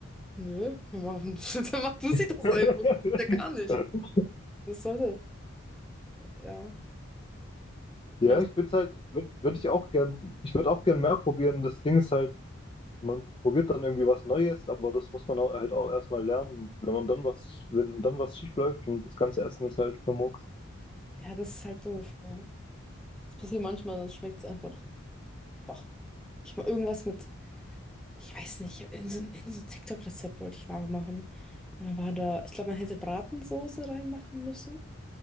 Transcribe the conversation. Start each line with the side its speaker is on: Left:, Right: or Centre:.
Centre: Nö, warum <laughs> macht du
Left: <laughs>
Centre: sie doch selber? Ja, gar nicht. Was soll das? Ja.
Left: Ja,
Centre: Ja, so-
Left: ich würde halt, ich würde, würde ich auch gern, ich würde auch gern mehr probieren. Das Ding ist halt, man probiert dann irgendwie was Neues, aber das muss man auch, halt auch erstmal lernen. Wenn man dann was, wenn dann was schief läuft und das ganze Essen ist halt vermurkst.
Centre: ja, das ist halt doof. Ja. Das passiert manchmal, dann schmeckt es einfach. Doch. Ich mal irgendwas mit, ich weiß nicht, ich habe irgend so ein, irgend so ein TikTok-Rezept wollte ich nachmachen. Und dann war da, ich glaube, man hätte Bratensoße reinmachen müssen.